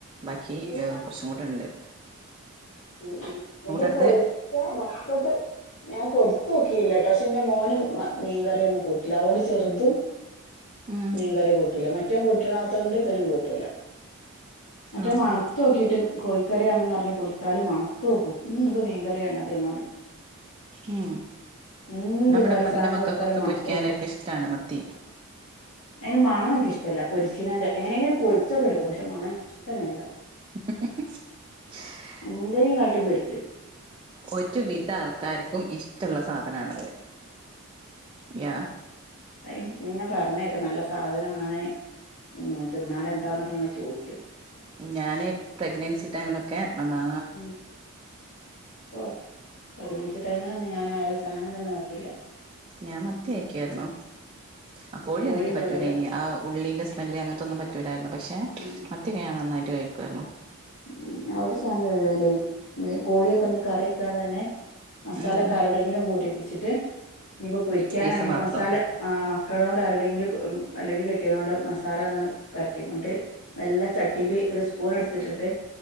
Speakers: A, on the right; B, on the left.
A: ബാക്കി ഹെ
B: ആ
A: കൊറച്ചു കൂടെ ണ്ട്.
B: ഉം ഉം ഇത്
A: എടുത്ത്
B: പോരിച്ച മക്കക്ക് ഞാൻ കൊടുത്ത്തോക്കില്ലട്ടോ ഷെ ന്റെ മോനും മീൻകറിന്നും കൂട്ട്ല അഹ്ഓണ്ട് ചെറ്ത്
A: ഉം
B: മീൻ കറി കൂട്ടൂല മറ്റൊൻ കൂട്ടണത്തോണ്ട് ഇബനും കൂട്ടൂല. മറ്റേൻ
A: ആഹാ
B: മണുതോക്കിട്ട് കോഴിക്കറിണ്ന്ന്ർണ് കൊടുത്താലും മണ തോക്കും മ് ഇത് മീൻകറിണ് അ തിനോണ്ട്
A: മ്
B: എന്ത്
A: നബടെ
B: കറി സാധനം
A: ന്റെ മക്കക്കൊക്കെ
B: കൊടുത്താലും മണത്തോക്കും
A: പൊരിക്കാനൊക്കെ ഇഷ്ടാണ് മത്തി. <inaudible>
B: അയ്നെ മണം ഇൻക്ക് ഇഷ്ടല്ല പൊരിച്ചീണെന്റെ എങ്ങനെങ്കിലു പൊരിചെക്കെടുക്കും പക്ഷെ മണം ഇൻക്ക്ഷ്ടല്ല.
A: <inaudible>
B: എന്തേ കാട്ടിപ്പൊരിക്കു
A: ഒരു വിധ ആൾക്കാർക്കും ഇഷ്ടള്ള സാധനണത് യാ
B: അഹ് ഇങ്ങ പറഞ്ഞെക്ക നല്ല സാധനാണ് ഹ് തിന്നാല് എന്താന്നക്കങ്ങ ചോയ്ക്യു
A: ഞാന് പ്രഗ്നൻസി ടൈമിലൊക്കെ നന്നാ
B: മ് ഓ പ്രഗ്നൻസി ടൈമിലൊന്നും ഞാൻ ആ ഒരു സാനം തന്നെ കേട്ടില്ല.
A: ഞാൻ മത്തി കയിക്കാരുന്നു അ കോയിയൊന്നും
B: കോഴിയും
A: യ്ക്ക് പറ്റൂലേനി
B: തൊടൂല്ല
A: ആ ഉള്ളീന്റെ സ് മെല്ലെ അങ്ങൻത്തൊന്നും പറ്റൂലാരുന്നു പഷെ
B: ഉം
A: മത്തി ഞാൻ നന്നായിട്ട് കയിക്കാരുന്നു.
B: ഉ ആ ഒരു സമയം <unintelligible> കോഴിയൊക്കെ ഞ്ഞി കറികാതന്നെ മസാല
A: ഉം
B: കാരോ ടെങ്കിലും കൂട്ടിപ്പിച്ചിട്ട് ഇനിപ്പോ പൊരിക്കാനാണെങ്കി
A: പീസ് മാത്രം
B: മസാല ആ മക്കളോണ്ട് ആരുടെങ്കിലും അല്ലെങ്കി കെട്ട്യോനോണ്ടൊ മസാല ങ്ങനെ പെരട്ടി കൊണ്ട് നല്ല ചട്ടിയില് ഒരു സ്പൂൺ എടുത്തിട്ടിട്ട്